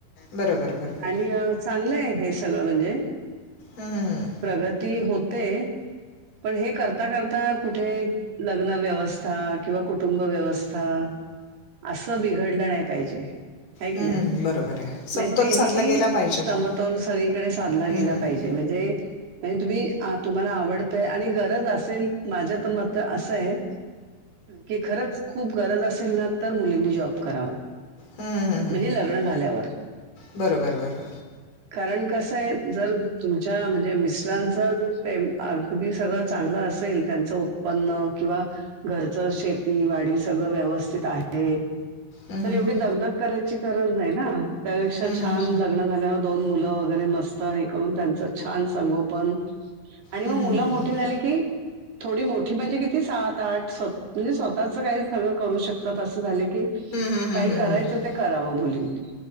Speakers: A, on the left; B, on the right.
A: बरोबर बरोबर
B: आणि चांगलंय हे सगळं म्हणजे
A: हम्म, हम्म.
B: प्रगती होते. पण हे करता करता कुठे लग्न व्यवस्था किंवा कुटुंब व्यवस्था असं बिघडलं नाय पाहिजे. हाय की
A: हम्म,
B: नाही
A: हम्म. बरोबर आहे समतोल
B: म तेही
A: साधला गेला पाहिजे
B: समतोल
A: बुवा
B: सगळीकडे साधला गेला
A: हम्म.
B: पाहिजे. म्हणजे मजे तुम्ही तुम्हाला आवड आणि गरज असेल माझ तर मत असं आहे की खरच खूप गरज असेल ना तर मुलींनी जॉब करावा.
A: हम्म हम्म हम्म
B: म्हजे
A: हम्म
B: लग्न झाल्यावर.
A: बरोबर बरोबर.
B: कारण कसं आहे जर तुमच्या म्हणजे मिस्टरांच जर पेम अगदी सगळं चांगलं असेल त्यांचं उत्पन्न किंवा घरचं शेती वाडी सगळं व्यवस्थित आहे
A: हम्म
B: तर
A: हम्म
B: एवढी दगदग करायची गरज नाही ना त्यापेक्षा
A: हम्म हम्म
B: छान लग्न झाल्यावर दोन मुलं वगैरे मस्त हे करून त्यांच छान संगोपन आणि
A: हम्म
B: म
A: हम्म हम्म हम्म
B: मुलं मोठी झाली की थोडी मोठी म्हणजे किती सात आठ सत म्हणजे स्वतःच काही सगळ करू शकतात असं झाले की
A: हम्म हम्म हम्म हम्म
B: काही
A: हम्म
B: करायचं
A: हम्म.
B: ते करावं मुलींनी